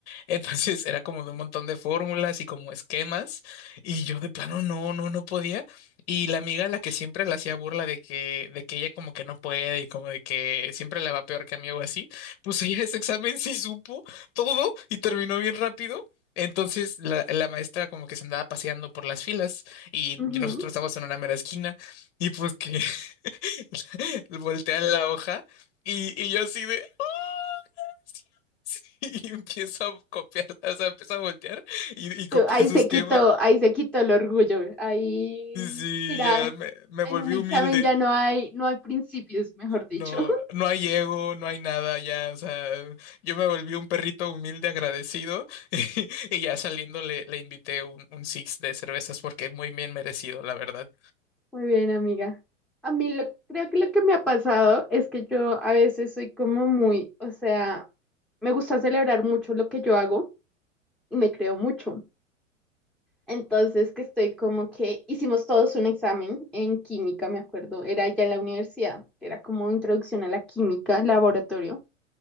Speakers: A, on the left (about 50°); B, in the centre.
A: Entonces era como de un montón de fórmulas y como esquemas. Y yo de plano no, no, no podía. Y la amiga a la que siempre le hacía burla de que, de que ella como que no puede y como de que siempre le va peor que a mí o así, pues ella ese examen sí supo todo y terminó bien rápido. Entonces la, la maestra como que se andaba paseando por las filas y
B: ujú,
A: nosotros
B: ujú.
A: estábamos en una mera esquina y pues que <laughs> voltean la hoja y, y yo así de... "Ah, sí, <laughs> sí", Y empiezo a copiar, o sea, empiezo a voltear y, y copiar
B: Tú, Ahí
A: su
B: se
A: esquema.
B: quitó, ahí se quitó el orgullo. Ahí,
A: Sí,
B: mira,
A: ya me, me
B: en
A: volví
B: un examen
A: humilde.
B: ya no hay, no hay principios, mejor dicho.
A: No,
B: <laughs>
A: no hay ego, no hay nada, ya, o sea, yo me volví un perrito humilde agradecido <laughs> y, ya saliendo le, le invité un, un six de cervezas porque muy bien merecido, la verdad.
B: Muy bien, amiga. A mí lo- creo que lo que me ha pasado es que yo a veces soy como muy, o sea, me gusta celebrar mucho lo que yo hago y me creo mucho. Entonces que estoy como que hicimos todos un examen en química, me acuerdo, era ya en la universidad, era como introducción a la química, laboratorio,